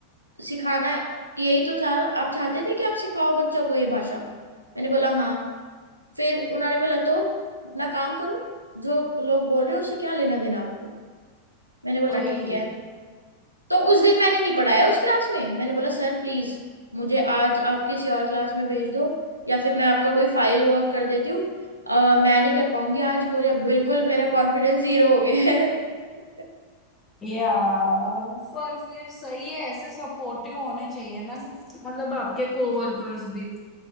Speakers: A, on the right (about 85°); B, on the left (about 20°).
A: सिखाना यही तो था आप चाहते थे कि आप सिखाओ बच्चों को ये भाषा मैंने बोला हाँ फिर उन्होंने बोला तो अपना काम करो जो लोग बोल रहे हो उससे क्या लेना देना आपको मैंने बोला
B: वही
A: ठीक है तो उस दिन मैंने नहीं पढ़ाया उस क्लास में मैंने बोला सर प्लीज मुझे आज आप किसी और क्लास में भेज दो या फिर मैं आपका कोई फाइल वर्क कर देती हूँ अ, मैं नहीं कर पाऊंगी आज मुझे बिल्कुल मेरा कॉन्फिडेंस जीरो हो गया है <laughs>
B: यार पर फिर सही है ऐसे सपोर्टिव होने चाहिए ना मतलब आपके कोवर्कर्स भी